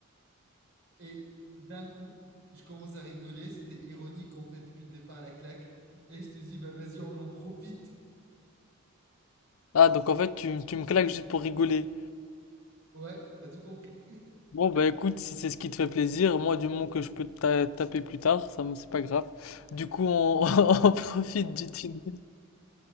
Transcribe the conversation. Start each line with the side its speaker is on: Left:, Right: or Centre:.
Right: Et d'un coup, je commence à rigoler, c'était ironique en fait depuis le départ la claque. Et je te dis, bah vas-y, on en profite.
Left: Ah, donc en fait, tu, tu me claques juste pour rigoler.
Right: Ouais, t'as tout compris.
Left: Bon, bah écoute, si c'est ce qui te fait plaisir, moi, du moment que je peux te ta- taper plus tard, ça me, c'est pas grave. Du coup, on, <laughs> on profite du dîner.